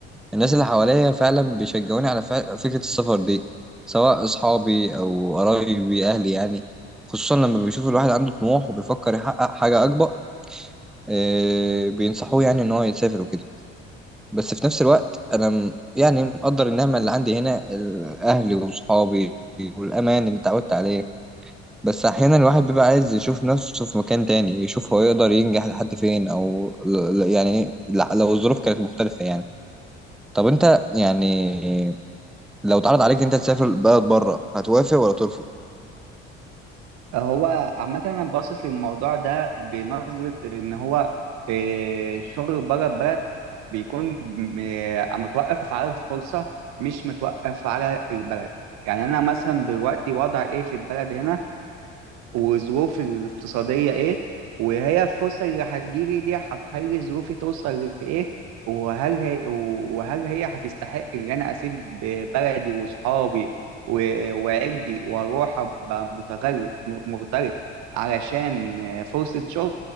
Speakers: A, in the centre; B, on the right.
A: الناس اللي حواليا فعلا بيشجعوني على فع- فكرة السفر دي سواء أصحابي أو قرايبي أهلي يعني خصوصا لما بيشوفوا الواحد عنده طموح وبيفكر يحقق حاجة أكبر آه، بينصحوه يعني ان هو يسافر وكده بس في نفس الوقت انا م- يعني مقدر النعمه اللي عندي هنا اهلي واصحابي والامان اللي اتعودت عليه بس احيانا الواحد بيبقى عايز يشوف نفسه في مكان تاني يشوف هو يقدر ينجح لحد فين او ل- ل- يعني ل- لو الظروف كانت مختلفه يعني طب انت يعني لو اتعرض عليك انت تسافر بلد بره هتوافق ولا ترفض
B: هو عامة أنا باصص للموضوع ده بنظرة إن هو إيه، الشغل بره البلد بيكون م- إيه، متوقف على الفرصة مش متوقف على البلد يعني أنا مثلا دلوقتي وضع إيه في البلد هنا وظروفي الاقتصادية إيه وهي الفرصة اللي هتجيلي دي هتخلي ظروفي توصل لإيه وهل هي وهل هي هتستحق إن أنا أسيب بلدي وصحابي و- وعيلتي وأروح أبقى متغرب م- مغترب علشان فرصة شغل